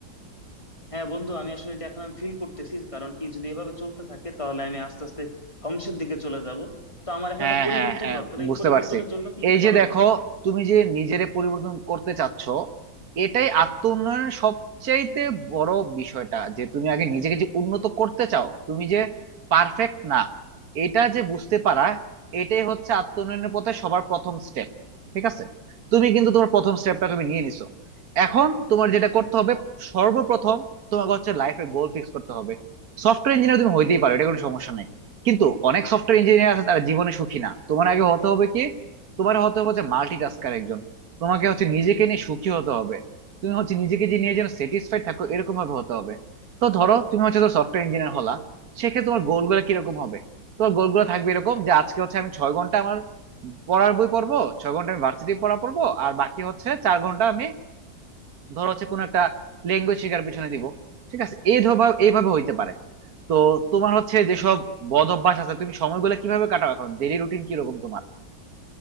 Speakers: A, on the left; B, on the right.
A: হ্যাঁ বন্ধু আমি আসলে এটা এখন ফিল করতেছি কারণ কি যদি এভাবে চলতে থাকে তাহলে আমি আস্তে আস্তে ধ্বংসের দিকে চলে যাব তো আমার এখন
B: হ্যাঁ
A: একটা পরিবর্তন
B: হ্যাঁ হ্যাঁ
A: দরকার এই
B: বুঝতে
A: পরিবর্তনের
B: পারছি
A: জন্য কি কি
B: এই যে
A: করা
B: দেখো
A: উচিত
B: তুমি যে নিজেরে পরিবর্তন করতে চাচ্ছ এটাই আত্ম উন্নয়নের সবচাইতে বড় বিষয়টা যে তুমি আগে নিজেকে যে উন্নত করতে চাও তুমি যে পারফেক্ট না এটা যে বুঝতে পারা এটাই হচ্ছে আত্ম উন্নয়নের পথে সবার প্রথম স্টেপ ঠিক আছে তুমি কিন্তু তোমার প্রথম স্টেপটা তুমি নিয়ে নিছো এখন তোমার যেটা করতে হবে সর্বপ্রথম তোমাকে হচ্ছে লাইফের গোল ফিক্স করতে হবে সফটওয়্যার ইঞ্জিনিয়ার তুমি হইতেই পারো এটা কোনো সমস্যা নাই কিন্তু অনেক সফটওয়্যার ইঞ্জিনিয়ার আছে তারা জীবনে সুখী না তোমার আগে হতে হবে কি তোমার হতে হবে হচ্ছে মাল্টিটাস্কার একজন তোমাকে হচ্ছে নিজেকে নিয়ে সুখী হতে হবে তুমি হচ্ছে নিজেকে যে নিয়ে যেন স্যাটিসফাইড থাকো এরকম ভাবে হতে হবে তো ধরো তুমি হচ্ছে ধরো সফটওয়্যার ইঞ্জিনিয়ার হলা সেক্ষেত্রে তোমার গোলগুলো কিরকম হবে তোমার গোলগুলো থাকবে এরকম যে আজকে হচ্ছে আমি ছয় ঘন্টা আমার পড়ার বই পড়বো ছয় ঘন্টা আমি ভার্সিটি পড়া পড়বো আর বাকি হচ্ছে চার ঘন্টা আমি ধরো হচ্ছে কোন একটা ল্যাঙ্গুয়েজ শেখার পিছনে দিব ঠিক আছে এই ধবা- এইভাবে হইতে পারে তো তোমার হচ্ছে যেসব বদ অভ্যাস আছে তুমি সময়গুলো কিভাবে কাটাও এখন ডেইলি রুটিন কিরকম তোমার